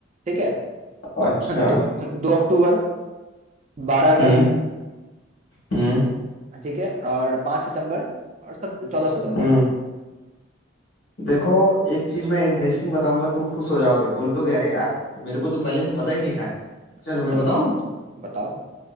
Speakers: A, on the right (about 35°); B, on the left (about 65°).
A: ठीक है
B: अच्छा
A: दो, दो अक्टूबर बारह अगस्त
B: हम्म हम्म
A: ठीक है और पाँच सितंबर और सब चौदह सितंबर
B: हम्म देखो एक चीज मैं इंटरेस्टिंग बताऊंगा तुम खुश हो जाओगे बोलोगे अरे यार मेरे को तो पहले से पता ही नहीं था चलो
A: अच्छा
B: मैं बताऊं
A: बताओ बताओ बताओ